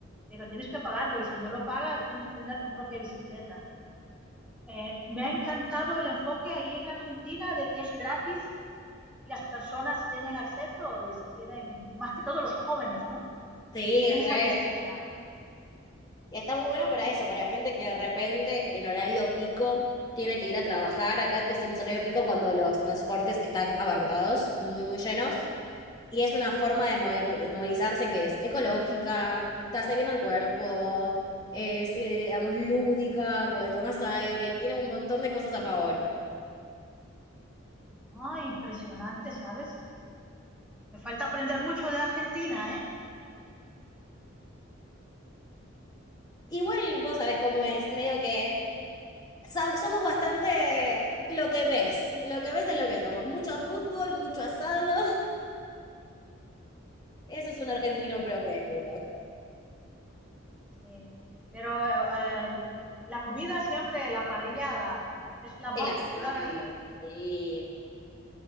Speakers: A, in the centre; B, on the left (about 20°).
A: pero tienes que pagarlo y si no lo pagas, tienes que tener tu propia bicicleta. Eh, me ha encantado el enfoque ahí en Argentina de que es gratis y las personas tienen acceso y se quieren, más que todos los jóvenes, ¿no?
B: Sí,
A: Que tienen esa
B: re.
A: necesidad.
B: Y está muy bueno para eso, para gente que de repente en horario pico tiene que ir a trabajar. Acá decimos horario pico cuando los transportes están abarrotados, muy, muy llenos. Y es una forma de movi- de movilizarse que es ecológica, te hace bien al cuerpo, es, eh, digamos, lúdica, porque tomas aire, tiene un montón de cosas a favor.
A: Ay, impresionante, ¿sabes? Me falta aprender mucho de Argentina, ¿eh?
B: Igual vos sabés cómo es, medio que so- somos bastante lo que ves, lo que ves es lo que somos. Mucho fútbol, mucho asado, <laughs> eso es un argentino promedio.
A: Sí. Pero eh, la comida siempre, la parrillada, es la
B: El
A: más
B: asado,
A: popular ahí.
B: sí.